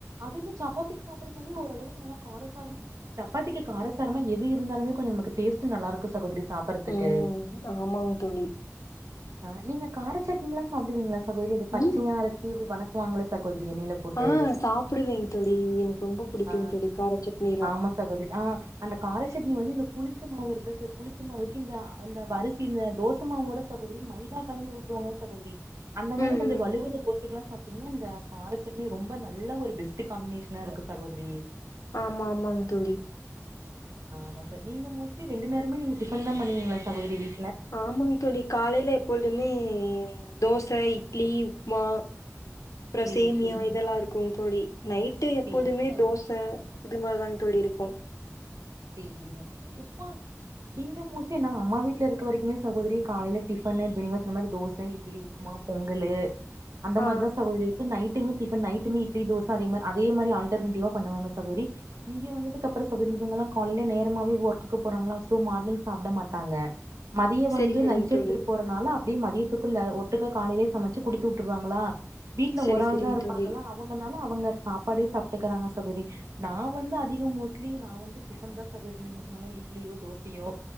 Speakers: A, on the right; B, on the left.
A: அதுவுமே சப்பாத்திக்கு சாப்பிடும் போததுேஓரளவுக்கு நல்லா காரசாரமா சப்பாத்திக்கு காரசாரமா எது இருந்தாலுமே கொஞ்சோ நமக்கு டேஸ்ட் நல்லா இருக்கு சகோதரி சாப்பறதுக்கு
B: உம் ஆமாங் தோழி
A: ஆ நீங்க கார சட்னிளா சாப்டுவீங்களா குதிது பச்சையை
B: ம்
A: அரைச்சி இப்படி வணக்க வாங்கங்கள குதிரி எண்ணைல போட்டு
B: ஆ சாப்பிடுவேங்க தோழி எனக்கு ரொம்ப பிடிக்குங்க
A: ஆ
B: தோழி கார சட்னிலா
A: ஆமா சகோதரி ஆ அந்த காரசட்னி வந்து இந்த புளிச்ச மாவு இருக்கு புளிச்ச மாவுக்கு இந்த அந்த வரிசி இந்த தோசைமாவோட சகோதரி மைதா கலந்து விட்டுவாங்க சகோதரி அந்த மாரி
B: ம்
A: கொஞ்சோ வளுவளு தோசைக்கலா சாப்பிடலா இந்த காரச்சட்னி ரொம்ப நல்ல ஒரு பெஸ்ட் காம்பினேஷனா இருக்கு சகோதரி
B: ஆமா ஆமாங் தோழி
A: ஆமா சார் நீங்க மோஸ்ட்லி ரெண்டு நேரமே நீங்க டிஃபன் தான் பண்ணுவீங்களா சகோதரி வீ
B: ஆமாங்க தோழி காலைல எப்பொழுதுமே தோச இட்லி உப்மா அப்றோ
A: சேரி
B: சேமியா
A: சேரிங்க
B: இதெல்லாம் இருக்கூ தோழி நைட்டு எப்போதுமே
A: சேரிங்க சகோ
B: தோச இது மாரிதாங்க தோழி இருப்போ
A: செரிங்க உப்ம இங்க மோஸ்ட்லீ அம்மா வீட்ல இருக்க வரைக்குமே சகோதரி காலைல டிஃபனு நீங்க சொன்னது மாரி தோச இட்லி உப்புமா பொங்களு அந்த
B: ஆ
A: மாதிரிதான் சகோதரி இருக்கு night tiffin night idli dosa அதே மார அதே மாரி ஆல்டர்னேட்டிவ்வ பண்ணுவாங்க சகோதரி இங்க வந்ததுக்கப்றோ காலைல நேரமாவே வொர்க்குக்கு போறாங்ளா சோ மார்னிங் சாப்ட மாட்டாங்க மதிய
B: சரி
A: வந்து
B: சரிங்க
A: லஞ்ச்
B: தோழி
A: எடுத்துட்டு போறனால ப்டி மதியத்துக்குல்ல ஒட்டுக்கா காலைலயே சமச்சு குடுத்து வுட்டுருவாங்களா வீட்ல
B: சரி
A: ஒரால்
B: சரிங்க
A: தா இருப்பாங்களா
B: தோழி
A: அவுங்க ஆனா அவுங்க சாப்பாடே சாப்ட்டுக்கறாங்க சகோரி நா வந்து அதிக மோஸ்ட்லி நா வந்து டிஃபன் தா சகோரி நீங்க சொன்ன மாரி இட்லியோ தோசையோ